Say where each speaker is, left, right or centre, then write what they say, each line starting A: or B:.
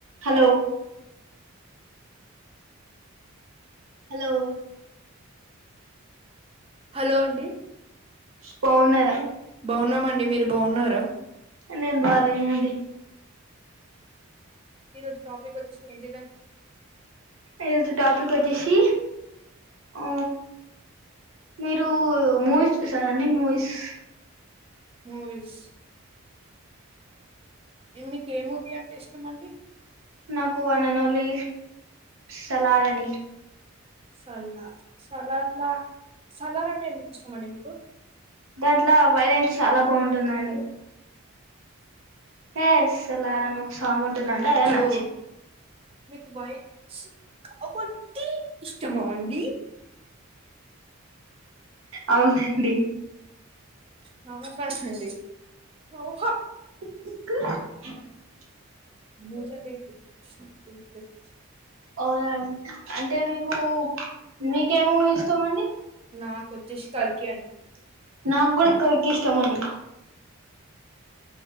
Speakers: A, on the right; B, on the right.
A: Hello hello
B: hello అండి
A: పావున్నారా
B: బాగున్నామండి మీరు బాగున్నార.
A: నేన్ బా లేనండి
B: ఈరోజు టాపిక్ వచ్చేసి ఏంటిదం
A: ఏ రోజు టాపిక్ వచ్చేసి ఆ మీరు మూవీస్ చూసారండి మూవీస్
B: మూవీస్ ఏం మీకు ఎ మూవీ అంటే ఇష్టం అండి
A: నాకు వన్ అండ్ ఓన్లీ సలార్ అండి
B: సలార్ సలార్ లా సలార్ అంటే ఎందుకు ఇష్టంమండి మీకు.
A: దాంట్ల వైలెన్స్ చాలా బాగుంటుందండి. ఏ సలార్ అని ఒక సాంగ్ ఉంటుందండి అదే నచ్చింది
B: ఓ మీకు వైట్స్ కాబట్టి ఇష్టమా అండి.
A: అవునండి.
B: నవకహండి నవ్వుహ
A: ఉకు
B: మూజు నీకు <unintelligible>
A: అవునాండి అంటే మీకు మీకే మూవీ ఇస్టమండి.
B: నాకు వచ్చేసి కల్కి
A: కల్కె.
B: అండి
A: నాకు కూడా కల్కి ఇష్టం అండి.